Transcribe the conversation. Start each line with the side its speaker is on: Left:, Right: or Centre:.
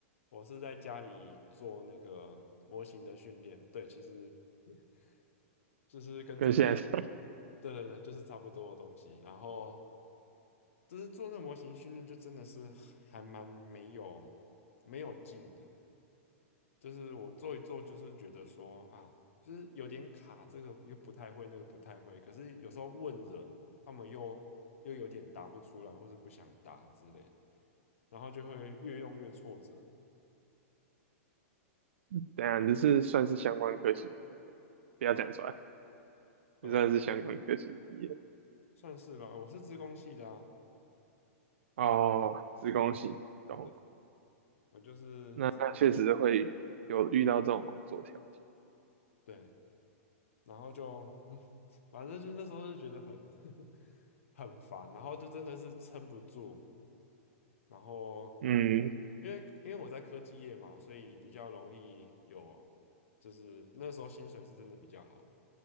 Left: 我是在家里做那个模型的训练，对，其实 <laughs> 就是跟这边差不多，
Right: 跟现在
Left: 对对对，就是差不多的东西，然后。就是做那个模型训练就真的是还蛮没有没有劲的，就是我做一做，就是觉得说啊，就是有点卡，这个又不太会，那个不太会，可是有时候问人，他们又又有点答不出来，或是不想答之类的然后就会越用越挫折，
Right: <laughs> 等一下你这是算是相关科系，不要讲出来，
Left: 呃，
Right: 这算是相关科系毕业。
Left: 算是吧，我是资工系的啊，
Right: 哦，子宫系，懂。
Left: 对，我就是资工
Right: 那那确实会有遇到这种工作条件。
Left: 对，然后就嗯，<laughs> 反正就那时候就觉得很 <laughs> 很烦，然后就真的是撑不住。然后
Right: 嗯，
Left: 因为因为我在科技业嘛，所以比较容易有，就是那时候薪水是真的比较好，